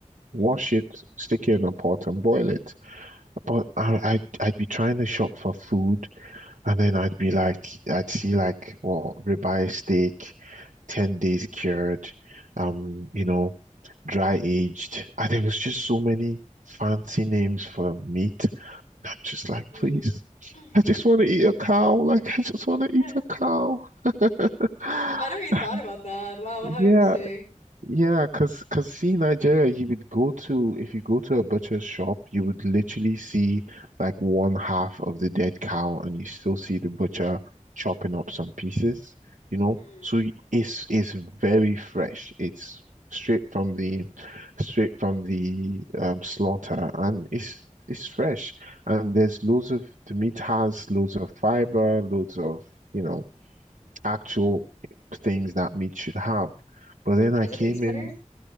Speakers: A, on the right; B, on the left.
A: wash
B: mm,
A: it, stick it in a pot and boil it. But I, I'd, I'd be trying to shop for food, and then I'd be like, I'd see like, well, ribeye steak, 10 days cured, um, you know, dry aged. And there was just so many fancy names for meat. I'm just like,
B: mm,
A: please.
B: mm.
A: I just want to eat a cow. Like, I just want to eat
B: <laughs>
A: a cow. <gasps>
B: I never even thought about that.
A: <sighs>
B: Wow,
A: Yeah.
B: how interesting.
A: Yeah, cause, cause see Nigeria, you would go to if you go to a butcher's shop, you would literally see like one half of the dead cow, and you still see the butcher chopping up some pieces, you know.
B: Mm.
A: So y- it's it's very fresh. It's straight from the straight from the um, slaughter, and it's it's fresh. And there's loads of the meat has loads of fiber, loads of you know actual things that meat should have. But then
B: So
A: I
B: does
A: came
B: it taste better?
A: in.